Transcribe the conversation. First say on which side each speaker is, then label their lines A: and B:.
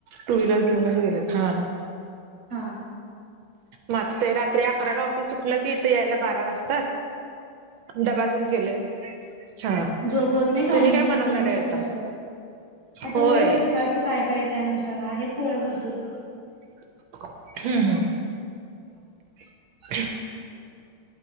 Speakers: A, on the right; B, on the right.
A: टू व्हीलर घेऊनच गेलेत हा..
B: हा..
A: मग ते रात्री अकराला ऑफिस सुठलं की इथ यायला बारा वाजतात. डब्बा घेऊन गेलेत हा.
B: झोपवत नाही काय
A: तुम्ही
B: नाही हे
A: बनवणार
B: तीन
A: आहे
B: शिफ्ट
A: आता?
B: असल्यावर आता
A: होय.
B: बघायचं सकाळचं काय -काय आहे त्यानुसार आहेत पोळ्या भरपूर
A: हम्म- हम्म
B: हम्म
A: <unintelligible>